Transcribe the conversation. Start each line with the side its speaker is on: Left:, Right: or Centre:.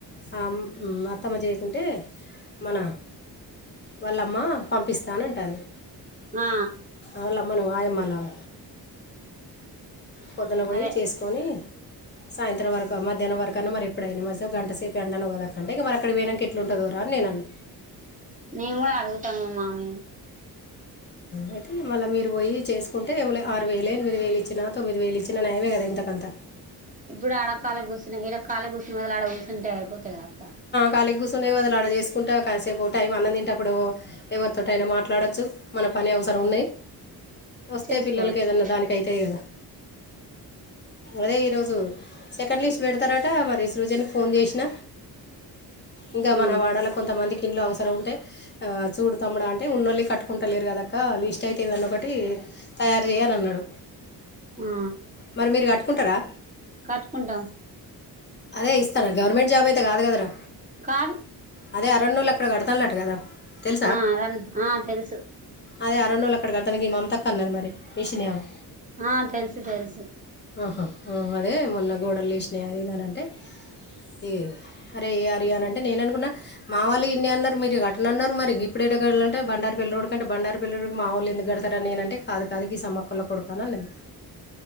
Left: మా అత్తమ్మ చేయకుంటే మన వాళ్ళ అమ్మ పంపిస్థానంటుంది
Right: ఆ
Left: ఆలమ్మను ఆయమ్మ లాగ పొద్దున పోయి
Right: అదే
Left: చేసుకొని సాయంత్రం వరకు మధనం వరకున్నా మరి ఎప్పుడైనా మ గంటసేపు ఎంనువు కద అండి ఇ మ అక్కడికి పోయనాక ఎట్లుంటదొ రా అని నేను అన్నా
Right: నేను కూడ అడుగుత మామయ్య నీ
Left: అయితే మళ్ళీ మీరు పోయి చేసుకుంటే ఏ ఆరు వేలే ఎనిమిది వేలు ఇచ్చిన తొమ్మిది వేలు ఇచ్ నయమే కదా ఎంత కాంత
Right: ఇప్పుడు ఆడ కాలిగ గుస్సనే ఇడ కాలిగా కుసునే బాధలు ఆడ కూసుంటే అయిపోతది కదా అక్క
Left: కళీకి కూర్చునే బాధలు ఆడ చేసుకుంటా కాసేపు టైం అన్నది తింటేప్పుడు ఎవరితోటి అయిన మాట్లాడచ్చు మన పని అవసరం ఉన్నాయి వస్తే
Right: చేసుకోవచ్చు
Left: పిల్లలకి ఏదన్నా దానికి అయితాయ్ కదా అదే ఈరోజు సెకండ్ లిస్ట్ పెడతారట మరి సృజన్ కి ఫోన్ చేసిన ఇంకా
Right: ఆ
Left: మన వాడలో కొంతమందికి ఇండ్లు అవసరం ఉంటే చూడు తమ్ము అంటే ఉన్నళ్ళి కట్టుకుంట కుంట లేరు కదాక్క లిస్ట్ అయితే ఇదన్న ఒకటి తయారు చేయాలి అన్నాడు
Right: ఆ
Left: మరి మీరు కట్టుకుంటారా
Right: కట్టుకుంటాం
Left: అదే ఇస్త <unintelligible> గవర్నమెంట్ జాబ్ ఐతే కాదు కదరా
Right: కాదు
Left: అదే అరణోళ్ళు అక్కడ కడతునున్నట్టు కదా తెలుసా
Right: ఆ అద ఆ తెలుసు
Left: అదే అరణోళ్ళ అక్కడ కడతానికి ఈ మా <unintelligible> అన్నది మరి మీషినయామా
Right: ఆ తెల్సు తెల్సు
Left: ఆహా అదే మొన్న గోడలు లేసినాయి అది ఇదని అంటే ఇ అరే అరే అనీ అంటే నేను అనుకున్నా మా వాళ్ళ ఇన్నె అన్నారు మీరు కట్నన్నారు మరి గీప్పుడు ఎడ గడ అంటె బండారపల్లిరోడ్ బండారిపల్లిరోడ్ కి మా వోళ్ళు ఎందుకు కడ్ <unintelligible> నేనంటే కాదు కాదు ఈ సమ్మక్కల్లో కొడుకు అని అన్నది